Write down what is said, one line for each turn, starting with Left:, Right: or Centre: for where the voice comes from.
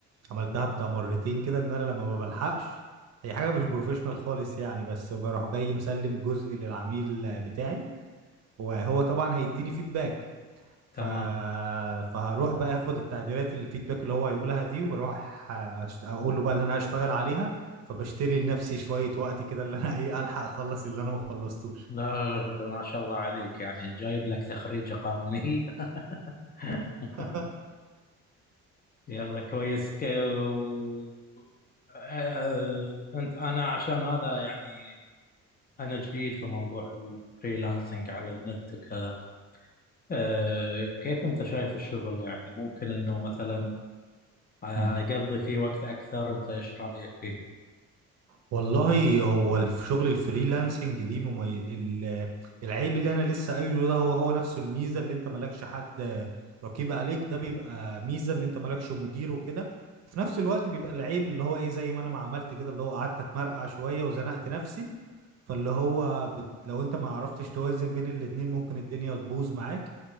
Right: عملتها بتاع مرتين كده ان انا لما ما بلحقش هي حاجة مش بروفيشنال خالص يعني بس بروح جاي مسلم جزء للعميل آه، بتاعي وهو طبعا هيديني فيدباك ف...
Left: تمام
Right: فهروح بقى اخد التعديلات الفيدباك اللي هو هيقولها دي واروح آه، أشت... اقول له بقى اللي انا هشتغل عليها فبشتري لنفسي شوية وقت كده اللي انا ايه الحق اخلص اللي انا ما خلصتوش
Left: لا ما شاء الله عليك يعني جايب لك تخريجة قانونية <laughs>
Right: <laughs>
Left: يلا كويس ك... و- آه، أنت أنا عشان هذا يعني أنا جديد في موضوع الفريلانسنج على النت وكذا آه، كيف أنت شايف الشغل يعني ممكن إنه مثلا آه،
Right: مم.
Left: أقضي فيه وقت أكثر أنت إيش رأيك فيه؟
Right: والله هو الف- شغل الفريلانسنج ليه ممي... ال- العيب اللي انا لسه قايله ده هو هو نفسه الميزه اللي انت مالكش حد رقيب عليك ده بيبقى ميزه ان انت مالكش مدير وكده وفي نفس الوقت بيبقى العيب اللي هو ايه زي ما انا ما عملت كده اللي هو قعدت اتمرقع شويه وزنقت نفسي فاللي هو بت... لو انت ما عرفتش توازن بين الاتنين ممكن الدنيا تبوظ معاك